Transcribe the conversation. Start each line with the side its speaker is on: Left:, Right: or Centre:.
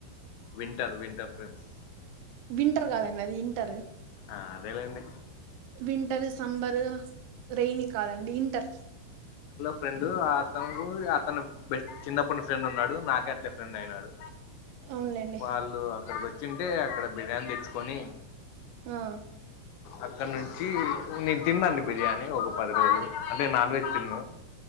Left: వింటర్ వింటర్ ఫ్రెండ్స్
Right: వింటర్ కాదండి అది ఇంటరు
Left: ఆ అదేలేండి
Right: వింటర్ సంబరు రైనీ కాదండి ఇంటర్
Left: ఫ్రెండు అతను అతను బెస్ట్ చిన్నప్పటి నుండి ఫ్రెండ్ అన్నాడు నాకే అట్లే ఫ్రెండయినాడు
Right: అవునులేండి
Left: వాళ్ళు అక్కడికి వచ్చింటే అక్కడ బిర్యానీ తెచ్చుకొని
Right: ఆ
Left: అక్కడ నుంచి నేను తిన్నండి బిర్యానీ ఒక పది రోజులు అంటే నాన్ వెజ్ తిన్ను